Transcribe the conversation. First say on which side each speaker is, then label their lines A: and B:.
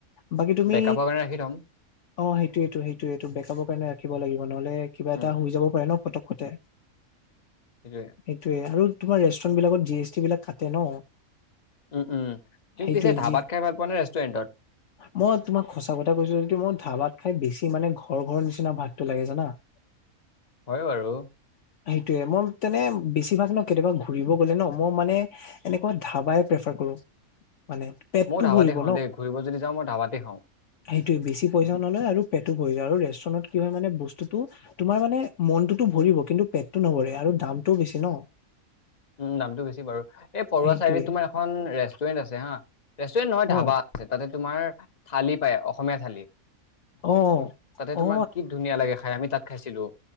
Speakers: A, on the left (about 65°); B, on the left (about 30°).
A: বাকী তুমি
B: বেকআপৰ কাৰণে ৰাখি থ'ম
A: অ' সেইটোয়েটো-সেইটোয়েটো বেকআপৰ কাৰণে ৰাখিব লাগিব। নহলে কিবা
B: উম
A: এটা হৈ যাব পাৰে ন ফটকটে।
B: <inaudible>
A: সেইটোয়ে আৰু তোমাৰ ৰেষ্টুৰেন্ট বিলাকত জি এছ ট বিলাক কাটে ন।
B: উম, উম তুমি
A: সেইটোয়ে
B: পিছে ধাবাত
A: যি
B: খাই ভাল পোৱা নে ৰেষ্টুৰেণ্টত?
A: মই তোমাক সঁচা কথা কৈছো। যদি মই ধাবাত খাই বেছি মানে ঘৰ ঘৰৰ নিচিনা ভাতটো লাগে জানা। <inaudible>
B: হয় বাৰু
A: সেইটোয়ে মই তেনে বেছিভাগ ন কেতিয়াবা ঘূৰিব গ'লে ন মই মানে এনেকোৱা ধাৱাই প্ৰেফাৰ কৰো মানে পেটটো
B: মই ধাবাতে
A: ভৰিব
B: খাওদে ঘূৰি গৈ যদি যাও ধাবাতে খাও।
A: সেইটোৱে বেছি পইচা নলয় আৰু পেটটো ভৰি যায়, আৰু ৰেষ্টুৰেন্টত কি হয় মানে বস্তুতটো তোমাৰ মানে মনটোতো ভৰিব কিন্তু পেটটো নভৰে আৰু দামটোও বেছি ন'।
B: উম, দামটো বেছি বাৰু পৰুৱা
A: সেইটোয়ে
B: চাইডে তোমাৰ এখন ৰেষ্টুৰেণ্ট আছে হা ৰেষ্টুৰেণ্ট নহয়
A: অ
B: ধাবা আছে। তাতে তোমাৰ থালি পায় অসমীয়া থালি।
A: অ
B: তাতে
A: অ
B: তোমাৰ কি ধুনীয়া লাগে খাই আমি তাত খাইছিলো।